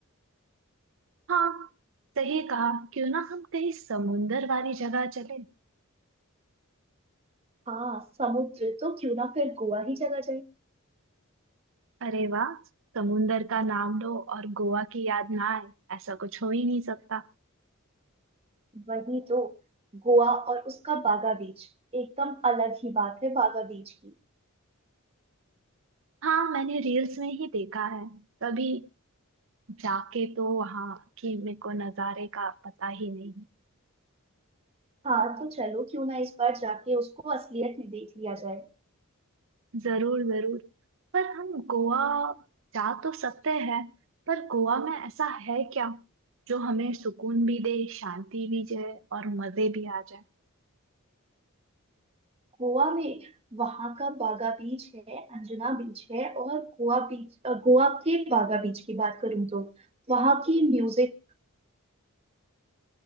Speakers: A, on the right; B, on the right.
A: हाँ सही कहा क्यों ना हम कहीं समुंदर वाली जगह चले
B: हाँ समुद्र तो क्यों ना फिर गोवा ही चला जाए
A: अरे वाह समुंदर का नाम लो और गोवा की याद ना आए ऐसा कुछ हो ही नहीं सकता
B: वही तो गोवा और उसका बागा बीच एकदम अलग ही बात है बागा बीच की
A: हाँ मैंने रील्स में ही देखा है कभी जाके तो वहाँ की मेरे को नज़ारे का पता ही नहीं
B: हाँ तो चलो क्यों ना इस बार जाके उसको असलियत में देख लिया जाए
A: जरूर जरूर पर हम गोवा जा तो सकते हैं पर गोवा में ऐसा है क्या जो हमें सुकून भी दे शांति भी दे और मजे भी आ जाए
B: गोवा में वहां का बागा बीच है अंजुना बीच है और गोवा बीच अ, गोवा के बागा बीच की बात करूँ तो वहां की म्यूजिक